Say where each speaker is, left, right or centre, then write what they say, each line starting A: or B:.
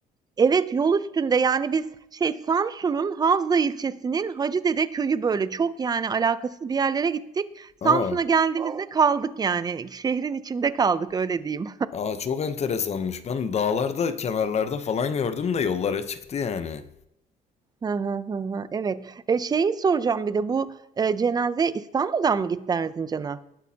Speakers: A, on the right; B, on the left.
A: Evet, yol üstünde. Yani, biz şey, Samsun'un Havza ilçesinin Hacıdede köyü, böyle, çok, yani, alakasız bir yerlere gittik. Samsun'a
B: Aa.
A: geldiğimizde kaldık, yani, şehrin içinde kaldık, öyle diyeyim.
B: Aa çok enteresanmış. Ben dağlarda, kenarlarda falan gördüm de yollara çıktı yani.
A: Hı hı, hı hı. Evet. Eee, şeyi soracağım bir de bu, eee, cenazeye İstanbul'dan mı gitti Erzincan'a?